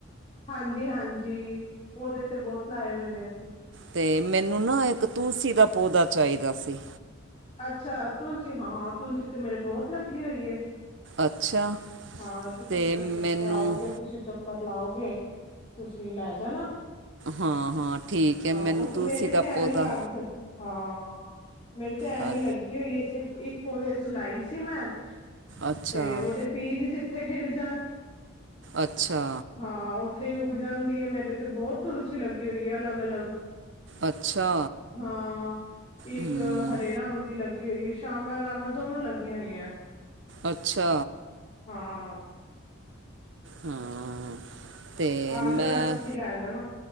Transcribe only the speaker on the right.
ਤੇ ਮੈਨੂੰ ਨਾ ਇੱਕ ਤੁਲਸੀ ਦਾ ਪੌਦਾ ਚਾਈਦਾ ਸੀ।
ਅੱਛਾ।
ਅਤੇ
ਮੈਨੂੰ
ਹਾਂ ਹਾਂ ਠੀਕ
ਹੈ ਮੈਨੂੰ
ਤੁਲਸੀ
ਦਾ
ਪੌਦਾ
ਅ
ਅੱਛਾ
ਅੱਛਾ।
ਅੱਛਾ
ਹੂੰ
ਅੱਛਾ।
ਹਾਂ ਤੇ
ਮੈਂ